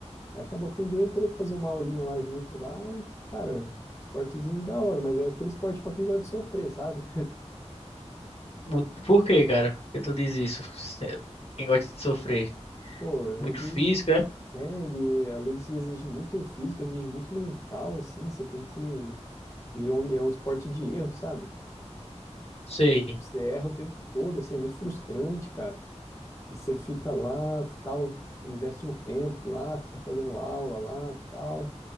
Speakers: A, on the left; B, on the left.
A: Aí acabou que um dia eu entrei pra fazer uma aulinha lá junto lá e, cara, esportezinho da hora, mas é aquele esporte pra quem gosta de sofrer, sabe?
B: Bu- Por que, cara? Por que tu diz isso? É, Quem gosta de sofrer?
A: Pô, ele
B: Muito físico, é?
A: É, ele, além de exigir muito físico, exige muito mental, assim, você tem que... E é um, é um esporte de erro, sabe?
B: Sei.
A: Você erra o tempo todo, assim, é muito frustrante, cara. E você fica lá, tal, investe um tempo lá, fica fazendo aula lá, tal.